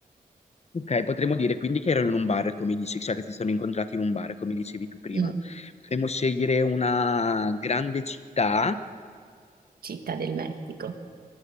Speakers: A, on the left (about 45°); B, on the right (about 80°).
A: Ok, potremmo dire quindi che erano in un bar, come dici, cioè che si sono incontrati in un bar, come dicevi tu prima.
B: mm,
A: Potremmo scegliere una grande città
B: città del Messico.